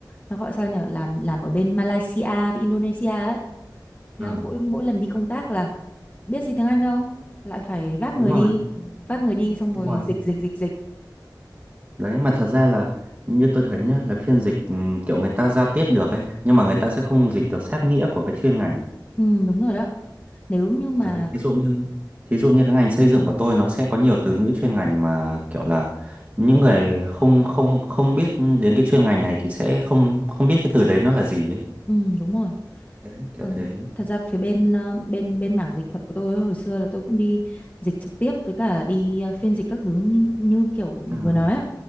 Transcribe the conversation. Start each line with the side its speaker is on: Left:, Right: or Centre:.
Left: nó gọi sao nhỉ làm làm ở bên Malaysia với Indonesia ấy Thế
Right: Ờ,
Left: là mỗi mỗi lần đi công tác là biết gì tiếng Anh đâu, lại phải vác
Right: đúng
Left: người
Right: rồi,
Left: đi, vác người đi xong
Right: đúng
Left: rồi
Right: rồi.
Left: dịch dịch dịch dịch.
Right: Đấy mà thật ra là như tôi thấy nhá là phiên dịch ừm, kiểu người ta giao tiếp được ấy nhưng mà người ta sẽ không dịch được sát nghĩa của cái chuyên ngành.
Left: Ừ, đúng rồi đó. Nếu như mà
Right: Đấy, thí dụ như thí dụ như cái ngành xây dựng của tôi nó sẽ có nhiều từ ngữ chuyên ngành mà kiểu là những người không không không biết đến cái chuyên ngành này thì sẽ không không biết cái từ đấy nó là gì ấy.
Left: ừ, đúng rồi.
Right: Đấy, kiểu
Left: Ừ.
Right: thế.
Left: Thật ra phía bên ờ, bên bên mảng dịch thuật của tôi ấy, hồi xưa là tôi cũng đi dịch trực tiếp với cả đi ờ, phiên dịch các thứ như, như kiểu
Right: Ừ.
Left: vừa nói á